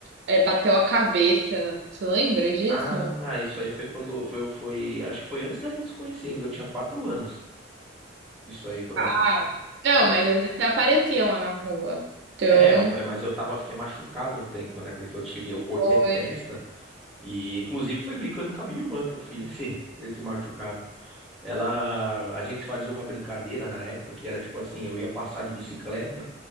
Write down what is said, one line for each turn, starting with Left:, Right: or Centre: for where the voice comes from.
Right: é, bateu a cabeça. Você lembra disso?
Centre: Ah, isso aí foi quando, foi, foi, acho que foi antes da gente se conhecer ainda, eu tinha quatro anos, isso aí quando
Right: Ah,
Centre: aconteceu.
Right: não,
Centre: Eu,
Right: mas às vezes você aparecia lá na rua. Então,
Centre: é, eu- mas eu tava, fiquei machucado um tempo, né? Porque eu tive, eu cortei
Right: foi.
Centre: a testa, e inclusive foi brincando com a minha irmã que eu fiz <laughs> esse, esse machucado. Ela, a gente fazia uma brincadeira na época que era tipo assim, eu ia passar de bicicleta